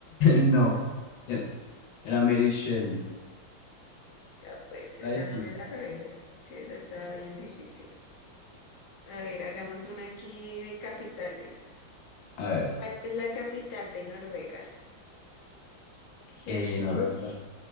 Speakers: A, on the left; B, on the left.
A: No. Era era Mary Shelley.
B: Ya pues,
A: Está
B: esa
A: difícil.
B: no me la sabía. Sí, esa estaba bien difícil. A ver, hagamos una aquí de capitales.
A: A ver.
B: ¿Cuál es la capital de Noruega? ¿Helsinki,
A: eh, Noruega.